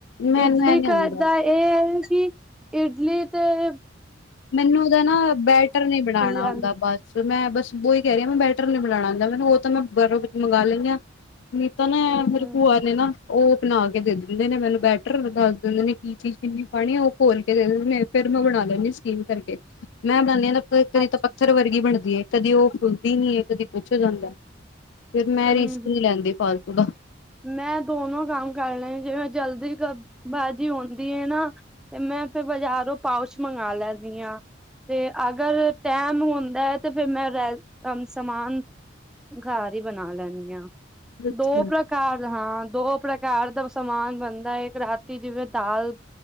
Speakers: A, on the left (about 65°); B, in the centre.
A: ਮੈਨੂੰ
B: ਇਡਲੀ
A: ਇਹ ਨੀ ਆਉਂਦਾ
B: ਘਰ ਦਾ ਏ ਐ ਕੇ ਇਡਲੀ ਤੇ ਹ
A: ਮੈਨੂੰ ਓਹਦਾ ਨਾ, ਬੈਟਰ ਨੀ ਬਣਾਣਾ
B: ਜਾਂਦਾ
A: ਔਂਦਾ ਬ ਮੈਂ ਬਸ ਓ ਈ ਕਹਿ ਰਹੀ ਆਂ, ਮੈਂ ਬੈਟਰ ਨੀ ਬਨਾਣਾ ਆਂਦਾ ਮੈਨੂੰ, ਓ ਤਾਂ ਮੈਂ ਬਾਹਰੋਂ ਮੰਗ ਲੈਂਣੀ ਆਂ। ਨਈ ਤਾ ਨਾ,
B: ਹੂੰ
A: ਫੇਰ ਭੂਆ ਨੇ ਨਾ ਓ ਬਣਾ ਕੇ ਦੇ ਦਿੰਦੇ ਨੇ, ਮੈਨੂੰ ਬੈਟਰ ਦੱਸ ਦਿੰਦੇ ਨੇ ਕੀ ਚੀਜ਼ ਕਿੰਨੀ ਪਾਨੀ ਹੈ। ਓ ਖੋਲ ਕੇ ਦੇ ਦਿੰਦੇ ਨੇ ਫੇਰ ਮੈਂ ਬਣਾ ਲੈਂਣੀ ਆ, ਸਟੀਮ ਕਰਕੇ ਮੈਂ ਬਣਾਦੀ ਆ, ਕਦੀ
B: ਅੱਛਾ
A: ਤਾਂ ਪੱਥਰ ਵਰਗੀ ਬਣਦੀ ਏ। ਕਦੀ ਓ ਫੁੱਲਦੀ ਨੀ ਐ, ਕਦੀ ਕੁਛ ਹੋ ਜਾਂਦਾ, ਫੇਰ ਮੈਂ
B: ਅੱਛਾ
A: ਰਿਸਕ
B: ਹੂੰ ਹੂੰ
A: ਨੀ ਲੈਂਦੀ, ਫਾਲਤੂ ਦਾ।
B: ਮੈਂ ਦੋਨੋ ਕੰਮ ਕਰ ਲੈ, ਜਿਵੇਂ ਜਲਦੀ ਕ ਬਾਜ਼ੀ ਹੁੰਦੀ ਐ ਨਾ ਤੇ ਮੈਂ ਫੇਰ, ਬਾਜ਼ਾਰੋਂ ਪਾਉਚ ਮੰਗਵਾ ਲੈਂਣੀ ਆਂ ਤੇ, ਅਗਰ ਟੈਮ ਹੁੰਦਾ ਐ ਤੇ ਫੇਰ ਮੈਂ ਰੈ ਸਮਾਨ ਹੁੰਦਾ ਤੇ ਫਿਰ ਮੈਂ ਸਮਾਨ ਘਰ ਈ ਬਣਾ ਲੈਣੀ ਆਂ,
A: ਅੱਛਾ
B: ਦੋ ਪ੍ਰ ਹਾਂ, ਦੋ ਪ੍ਰਕਾਰ ਦਾ ਸਮਾਨ ਬਣਦਾ, ਇੱਕ ਰਾਤੀ ਜਿਵੇਂ ਦਾਲ